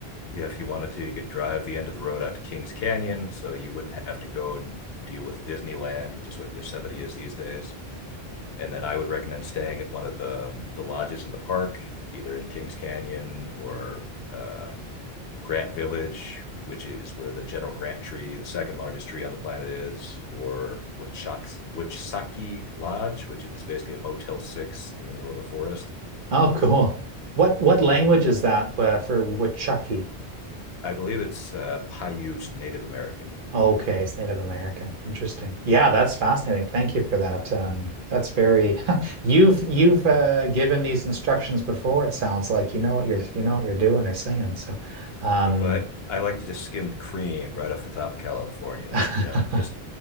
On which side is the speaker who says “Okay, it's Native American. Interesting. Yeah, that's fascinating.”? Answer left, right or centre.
Right